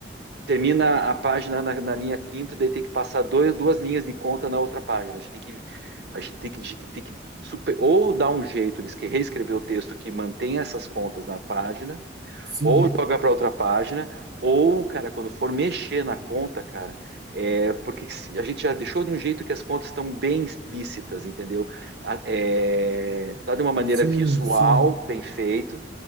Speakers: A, on the right; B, on the right.
A: termina a página na, na linha quinta, daí tem que passar dois, duas linhas de conta na outra página. A gente tem que, a gente tem que, a gente tem que super- ou dar um jeito de esque- reescrever o texto que mantenha essas contas na página,
B: Sim.
A: ou jogar para outra página, ou, cara, quando for mexer na conta, cara, é porque se- a gente já deixou de um jeito que as contas estão bem explícitas, entendeu? A- É, tá de uma maneira
B: Sim,
A: visual,
B: sim,
A: bem feito,